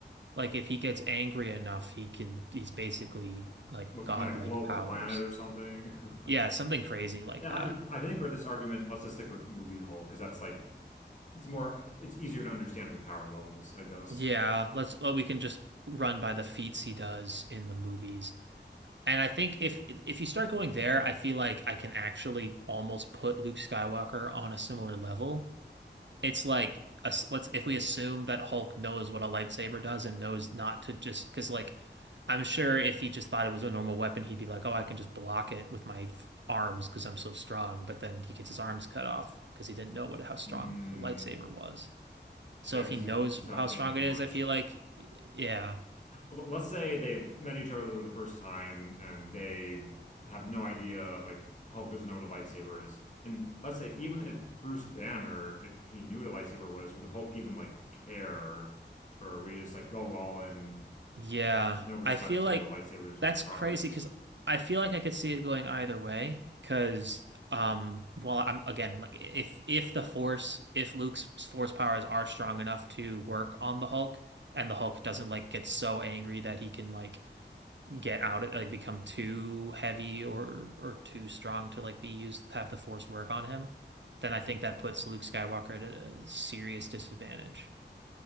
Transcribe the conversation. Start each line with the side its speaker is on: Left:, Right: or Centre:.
Right: Like if he gets angry enough, he can he's basically like
Left: But
Right: godlike
Left: can he like blow
Right: powers.
Left: up a planet or something?
Right: Yeah,
Left: <laughs>
Right: something crazy like
Left: Yeah,
Right: that.
Left: I, I think for this argument, let's just stick with movie Hulk because that's like it's more it's easier to understand his power levels, I guess.
Right: Yeah, let's well, we can just run by the feats he does in the movies. And I think if if you start going there, I feel like I can actually almost put Luke Skywalker on a similar level it's like us let's if we assume that Hulk knows what a lightsaber does and knows not to just because like I'm sure if he just thought it was a normal weapon, he'd be like, "Oh, I can just block it with my arms because I'm so strong." But then he gets his arms cut off because he didn't know what how strong
Left: Hmm.
Right: a lightsaber was. So
Left: Yeah,
Right: if
Left: because
Right: he knows
Left: he's he's not
Right: how
Left: thinking
Right: strong it is,
Left: much.
Right: I feel like, yeah,
Left: L- Let's say they met each other the first time and they have no idea, like Hulk doesn't know what a lightsaber is. And let's say even if Bruce Banner, if he knew what a lightsaber was, would Hulk even like care? Or would he just like go all in
Right: Yeah,
Left: with no respect
Right: I feel
Left: to
Right: like
Left: the lightsaber's
Right: that's
Left: properties?
Right: crazy because I feel like I could see it going either way. Because, um, well, I'm again like if if the force if Luke's force powers are strong enough to work on the Hulk, and the Hulk doesn't like get so angry that he can like get out of like become too heavy or or too strong to like be used have the force work on him, then I think that puts Luke Skywalker at a serious disadvantage.